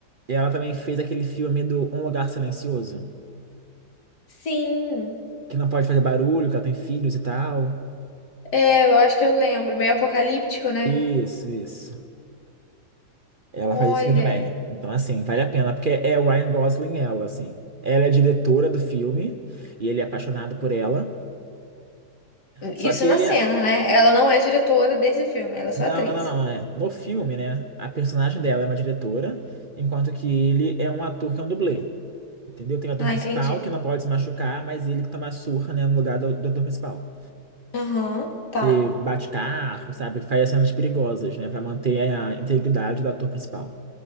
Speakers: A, on the right; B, on the left.
A: E ela também fez aquele filme do Um Lugar Silencioso,
B: Sim,
A: que não pode fazer barulho, que ela tem filhos e tal.
B: é, eu acho que eu lembro. Meio apocalíptico, né?
A: Isso, isso. Ela
B: Olha,
A: faz esse filme também. Então, assim, vale a pena, porque é o Ryan Gosling ela, assim. Ela é a diretora do filme e ele é apaixonado por ela. Só
B: isso
A: que
B: na
A: ele
B: cena,
A: é...
B: né? Ela não é diretora desse filme, ela é só
A: Não,
B: atriz.
A: não, não, não. É. No filme, né? A personagem dela é uma diretora, enquanto que ele é um ator que é um dublê. Entendeu? Tem o ator
B: Ah,
A: principal
B: entendi.
A: que não pode se machucar, mas ele que toma a surra, né, no lugar do, do ator principal.
B: Aham, tá,
A: Que bate carro, sabe? Que faz as cenas perigosas, né? Pra manter a integridade do ator principal.